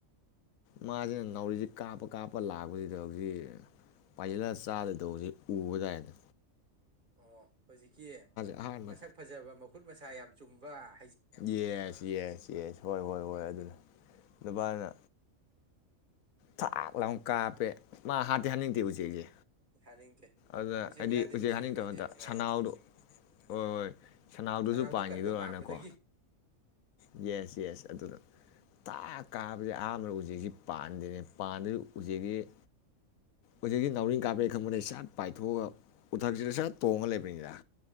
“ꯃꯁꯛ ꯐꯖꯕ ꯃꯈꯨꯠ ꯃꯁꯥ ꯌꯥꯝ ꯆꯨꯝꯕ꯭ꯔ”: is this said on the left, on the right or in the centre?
Right